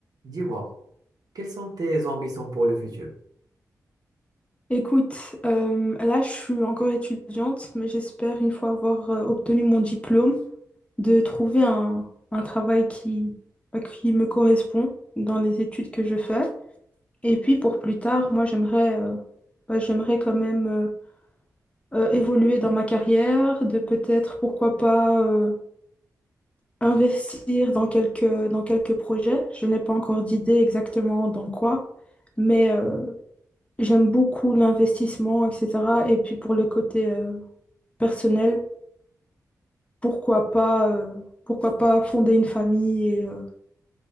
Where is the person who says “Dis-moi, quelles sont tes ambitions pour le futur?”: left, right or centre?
Right